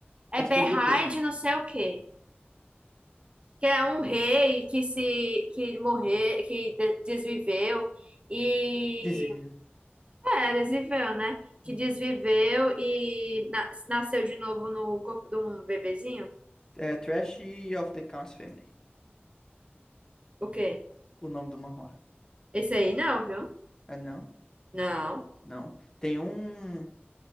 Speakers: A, on the right (about 30°); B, on the left (about 15°).
A: É
B: É sobre
A: Behind
B: o quê?
A: de não sei o quê. Que é um rei que se, que morreu, que de- desviveu e...
B: <laughs> Diz-
A: É, desviveu, né? Que
B: Uhum.
A: desviveu e na- nasceu de novo no corpo de um bebezinho.
B: É Trash of the Count's Family,
A: O quê?
B: o nome do manhwa.
A: Esse aí não, viu?
B: É, não?
A: Não.
B: Não. Tem um.